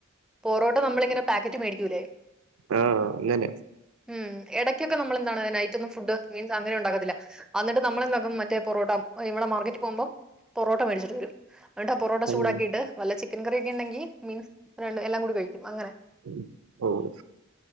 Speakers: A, in the centre; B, on the right (about 80°).
A: പൊറോട്ട നമ്മളിങ്ങനെ പാക്കറ്റ് മേടിക്കൂലെ
B: ആഹ് അങ്ങനെ
A: ഉം എടക്കൊക്കെ നമ്മള് എന്താണ് നൈറ്റ് ഒന്നും ഫുഡ് മീൻസ് അങ്ങനെ ഉണ്ടാകത്തില്ല അന്ന്ട്ട് നമ്മളെന്താക്കും മറ്റേ പൊറോട്ട അഹ് ഇവടെ മാർക്കറ്റിൽ പോവുമ്പോ പൊറോട്ട മേടിച്ചിട്ട് വരും എന്നിട്ടാ പൊറോട്ട
B: ഉം
A: ചൂടാക്കിട്ട് വല്ല ചിക്കൻ കറിയൊക്കെ ഇണ്ടെങ്കി മീൻസ് രണ്ട് എല്ലാം കൂടി കഴിക്കും അങ്ങനെ
B: ഉം ഓഹ്